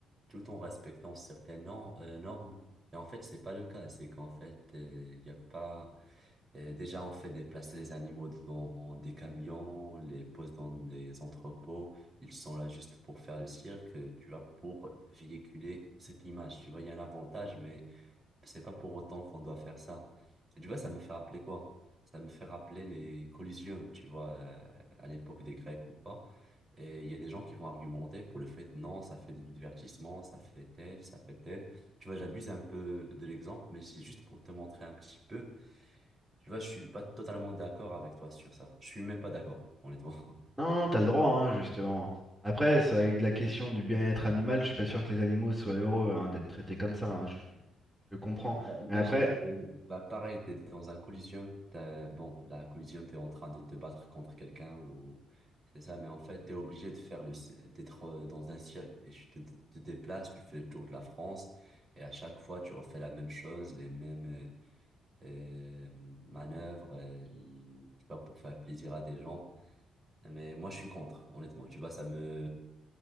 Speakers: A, on the right (about 35°); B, in the centre.
A: tout en respectant certaines nor- euh, normes. Et en fait, c'est pas le cas. C'est qu'en fait, il y a pas. euh, déjà, on fait déplacer les animaux dans des camions, on les pose dans des entrepôts. Ils sont là juste pour faire le cirque, euh, tu vois, pour véhiculer cette image. Tu vois, il y a un avantage, mais c'est pas pour autant qu'on doit faire ça. Et tu vois, ça me fait rappeler quoi? Ça me fait rappeler les collisions, tu vois, euh, à l'époque des Grecs ou pas. Et il y a des gens qui vont argumenter pour le fait, non, ça fait du divertissement, ça fait tel, ça fait tel. Tu vois, j'abuse un peu de l'exemple, mais c'est juste pour te montrer un petit peu. Tu vois, je suis pas totalement d'accord avec toi sur ça. Je suis même pas d'accord, honnêtement.
B: Non, t'as le droit, hein, justement. Après, c'est avec de la question du bien-être animal, je suis pas sûr que les animaux soient heureux hein, d'être traités comme ça. hein, je, je comprends.
A: Bah,
B: Mais
A: Imagine
B: après,
A: que, bah, pareil, t'es dans un collisium, t'as- bon, la collisium, t'es en train de te battre contre quelqu'un ou, c'est ça, mais en fait, t'es obligé de faire le, ci- d'être euh, dans un cirque et tu te, te déplaces, tu fais le tour de la France et à chaque fois, tu refais la même chose, les mêmes euh, euh, manœuvres, euh, tu vois, pour faire plaisir à des gens. Mais moi, je suis contre, honnêtement, tu vois, ça me,